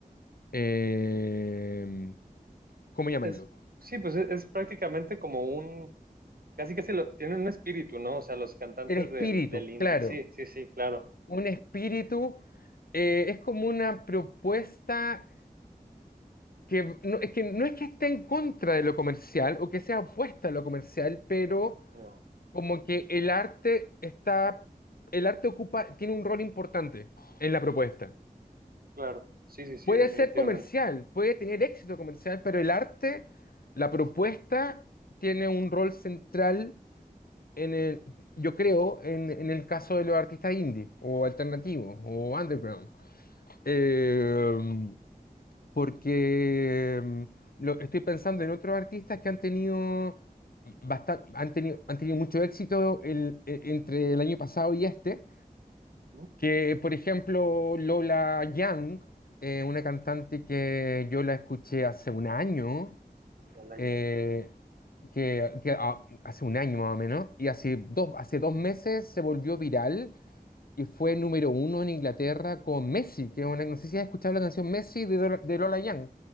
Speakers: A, on the left; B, on the right.
A: eh, ¿cómo llamarlo?
B: Es, sí, pues es, es prácticamente como un, casi casi lo, tienen un espíritu, ¿no? O sea, los cantantes
A: El espíritu,
B: del, del indie.
A: claro.
B: Sí, sí, sí, claro.
A: Un espíritu eh, es como una propuesta que no, es que no es que esté en contra de lo comercial o que sea opuesta a lo comercial, pero
B: No,
A: como que el arte está... El arte ocupa, tiene un rol importante en la propuesta.
B: claro. Sí, sí, sí,
A: Puede
B: definitivamente.
A: ser comercial, puede tener éxito comercial, pero el arte, la propuesta, tiene un rol central en el, yo creo, en, en el caso de los artistas indie o alternativos o underground. Eh, porque mm, lo- estoy pensando en otros artistas que han tenido, bastan- han tenido, han tenido mucho éxito el- e- entre el año pasado y este.
B: Ujú.
A: Que, por ejemplo, Lola Young, eh, una cantante que yo la escuché hace un año,
B: Lola
A: eh,
B: Jan.
A: que, que, ah, hace un año más o menos, y hace dos, hace dos meses se volvió viral y fue número uno en Inglaterra con Messi, que es una, no sé si has escuchado la canción Messi de, Dora- de Lola Young.